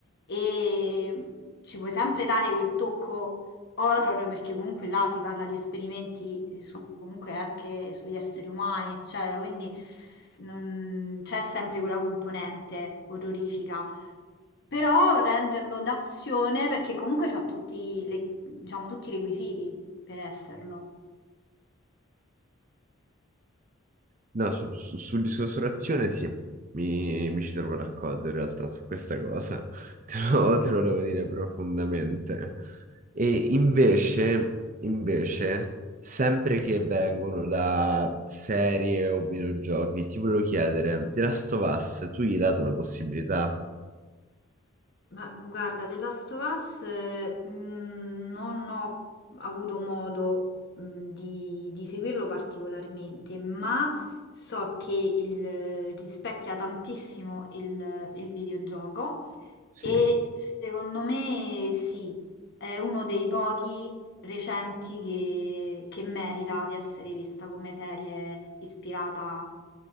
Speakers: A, on the left; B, on the right.
A: e ci puoi sempre dare quel tocco horror perché comunque là si parla di esperimenti eh, su- comunque anche sugli esseri umani, eccetera, quindi non- c'è sempre quella componente orrorifica. Però renderlo d'azione perché comunque c'ha tutti, le- diciamo, tutti i requisiti per esserlo.
B: No, su- su- sul discorso razione sì, mi, mi ci trovo d'accordo in realtà su questa cosa. <laughs> Te lo, te lo volevo dire profondamente. E invece, invece, sempre che vengono da serie o videogiochi, ti volevo chiedere, The Last of Us, tu gli hai dato una possibilità?
A: Ma guarda, The Last of Us eh, mh, non ho avuto modo mh, di, di seguirlo particolarmente, ma so che il- rispecchia tantissimo il, il videogioco
B: Sì.
A: e secondo me sì, è uno dei pochi recenti che, che merita di essere vista come serie ispirata a